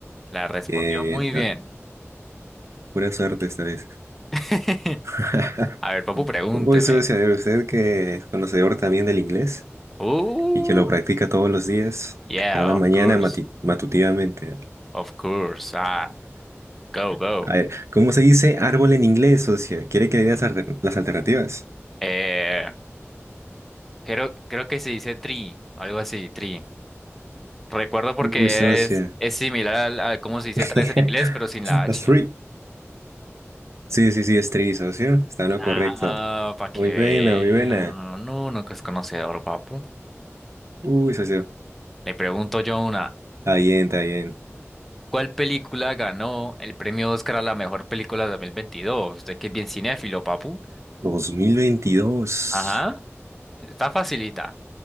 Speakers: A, in the centre; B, on the right (about 70°).
A: La respondió
B: Bien,
A: muy
B: bien. Ah,
A: bien.
B: pura suerte esta vez.
A: <laughs>
B: <laughs>
A: A ver, Papu, pregúnteme.
B: Uy, socio, a ver, usted que es conocedor también del inglés
A: Uh.
B: y que lo practica todos los días,
A: Yeah,
B: cada
A: of
B: mañana
A: course,
B: mati- matutivamente.
A: of course. Ah, go, go.
B: A ver, ¿cómo se dice árbol en inglés, socio? ¿Quiere que le dé las, alter- las alternativas?
A: Eh, creo, creo que se dice tree, algo así, tree. Recuerdo porque
B: Uy, socio.
A: es, es similar al- a, cómo se dice
B: <laughs>
A: tres en inglés, pero sin la H.
B: A tree. Sí, sí, sí, es tri, socio. Está en
A: Ah,
B: lo correcto.
A: para que
B: Muy
A: vea.
B: buena, muy buena.
A: No, no que es conocedor, papu.
B: Uy, socio.
A: Le pregunto yo una.
B: Está bien, está bien.
A: ¿Cuál película ganó el premio Oscar a la mejor película de 2022? Usted que es bien cinéfilo, papu.
B: dos mil veintidós,
A: Ajá, está facilita.